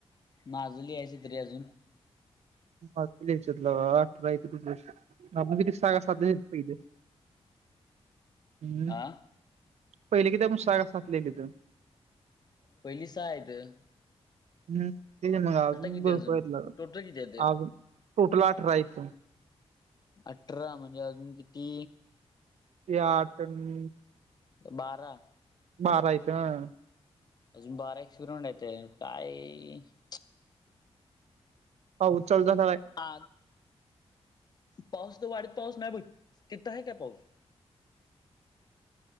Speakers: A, on the left; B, on the right.
A: माझं लिहायचंत रे अजून
B: <unintelligible> हम्म,
A: आ
B: पहिले किती आपण सहा का सात लिहिलेत.
A: पहिली सहा हायेत.
B: हम्म, ते मग अजून
A: किती
B: भरपूर आहेत. इथलं
A: टोटल किती आहेत
B: अजून टोटल अठरा आहेत.
A: अठरा म्हणजे अजून किती
B: ते आठ आणि
A: बारा
B: मारायचं.
A: <unintelligible>
B: <unintelligible>
A: आ पाऊस तर वाढत पाऊस नाही ब तिथ आहे काय पाऊस?